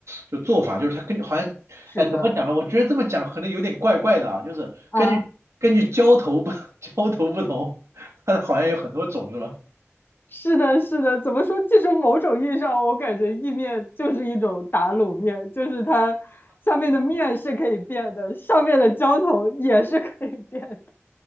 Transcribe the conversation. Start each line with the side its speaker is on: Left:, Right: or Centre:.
Right: 就做法，就是它根据好像哎怎么讲呢？
Left: 是的，
Right: 我觉得这么讲可能有点怪怪的啊，就是根据根据浇头不
Left: 啊，
Right: <laughs> 浇头不同，它好像有很多种是吧？
Left: 是的，是的。怎么说？其实某种意义上，我感觉意面就是一种打卤面，就是它下面的面是可以变的，上面的浇头也是可以变的。